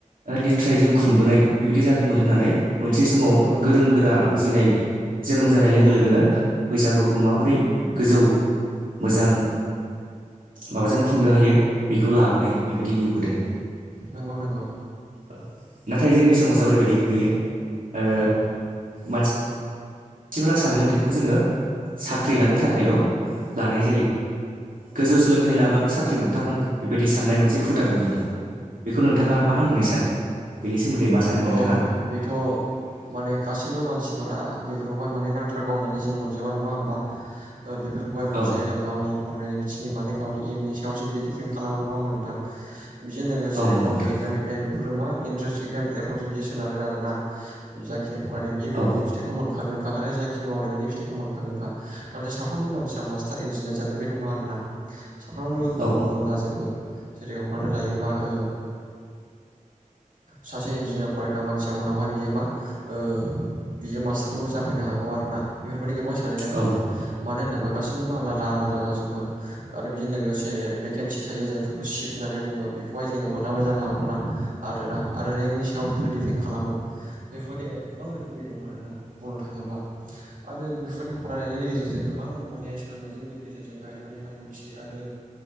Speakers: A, on the right; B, on the right.
A: ओ लेथ्रायै जों खुंबोनाय बेबायदि जादोंमोन होननानै मोनसे समाव
B: नंगौ नंगौ
A: गोरों गोरा उजिनाय जोनोम जानाय लोगो
B: औ
A: लोगोनो बैसागुखौ माबोरै गोजौ मोजां माबाजों खुंनो हायो बेखौ लाबोनाय बेबायदि नुबोदों।
B: नोंगौ नोंगौ।
A: औ नाथाय जोंनि समाजाव ओरैबायदिखौ नुयो ओ
B: औ
A: मान सिफ्रा सानो सोलोंथाइखौ जोङो साख्रि लानो थाखायल' लानाय जायो। गोजौ सोलोंथाइ
B: नंगौ
A: लाब्लानो साख्रि मोनथारनांगौ बेबायदि साननाय मोनसे हुदा दं जोंनियाव। बेखौ नोंथाङा
B: नंगौ
A: मा होननानै सानो? बेनि सोमोन्दै मा सानो? नोंथाङा
B: अ बेथ' माने गासैबो मानसिफोरा बेफोरखौहाय माने नांथारगौ होननानै जों मोनजोबा नङा होमबा? ओ बेफोर खौहाय मोनसे
A: औ
B: गावनि फरायनायनि बिथिङै माने गावनि एमनि सायावसो बियो दिफेन्ड खालामो नङा होमबा नोंथां? बेजों लोगोसे
A: औ नंगौ
B: गावनि
A: नोंथां
B: इक्जाम लिरनाय बेफोरो मा इन्ट्रेन्स एक्जाम नायफ्रावसो बियो सोनारो आरो आरोना जाखिनि फरायदों बियो
A: औ
B: गावनि फिथाइखौ मोनखागोनखा आरो जाखिनि मावदों बेनि फिथाइखौ मोनखागोनखा नाथाय साफ्रोमबो मानसिया मास <unintelligible> इन्जिनियार जागोन बे नङा आरो ना साफ्रोमनिबो गुबुन
A: औ
B: गुबुन जाजोबो। जेरै हमनानै लायोबा ओ सासे इन्जिनिर फरायग्रा मानसिया उनावहाय बियो मा ओ बियो मास्टारबो जाफैनो हागौ आरो ना? बेफोरबायदि गोबां सोलायनाय फैयो
A: औ
B: मानो होनोबा गासैबो आलादा आलादा जाजोबो आरो बेजों लोगोसे भेकेन्सि थायो जायफोरखौ सिट होननानै बुङो बेखौहाय जोङो मोनाबो जानो हागौना आरोना आरो रेंकनि सायाव बेफोरो डिपेन्ड खालामो बेफोरबायदि गोबां रोखोमनि दं आरोना बुंनो थाङोब्ला आरो बेफोरबायदि फरायनायनि गेजेरजों गोबां माने सोलोंनि गेजेरजोंहाय माने नांगौथि आरो